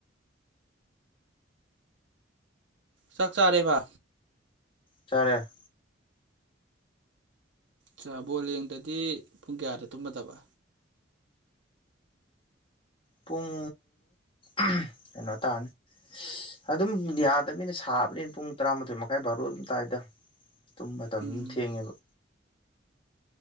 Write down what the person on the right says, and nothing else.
ꯆꯥꯛꯆꯥꯔꯦꯕ
ꯆꯥꯥ ꯕꯣꯜ ꯌꯦꯡꯗꯗꯤ ꯄꯨꯡ ꯀꯌꯥꯗ ꯇꯨꯝꯃꯗꯕ
ꯎꯝ